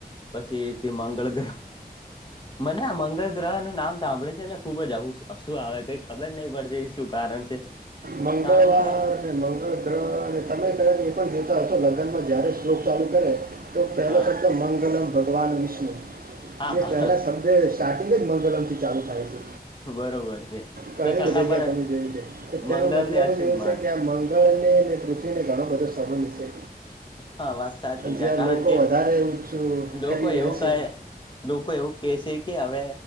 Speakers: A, on the left; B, on the right.
A: પછી થી મગલ ગ્રહ મને આ મંગળ ગ્રહ નું નામ સાંભળે છે ને ખુબ જ આવું શું આવે કઈ ખબર નહી પડતી એ શું કારણ છે.
B: મંગળવાર
A: કારણ કે
B: અને મંગળ ગ્રહ અને તમે કદાચ એ પણ જતા છો ન નમાં જારે શ્લોક ચાલુ કરે તો પહેલો
A: હા
B: શબ્દ મંગલમ ભગવાન વિષ્ણુ.
A: હા
B: જે
A: હા
B: પેલા શબ્જે સ્ટાર્ટિંગ જ મગરમ થી ચાલુ થાય છે.
A: બરોબર છે
B: ઘણી
A: તો છતાં
B: જગ્યા
A: પણ
B: તમે જોયું છે તો તેનો
A: મંગળને
B: મતલબ
A: અશુભ
B: જ એવું
A: માન
B: છે કે પૃથ્વીને ઘણો બધો સંબંધ છે.
A: હા વાત સાચી
B: જ્યા
A: છે કારણ
B: લોકો
A: કે
B: વધારે
A: લોકો
B: કરી રહ્યા
A: એવું
B: છે
A: કહે લોકો એવું કે છે કે હવે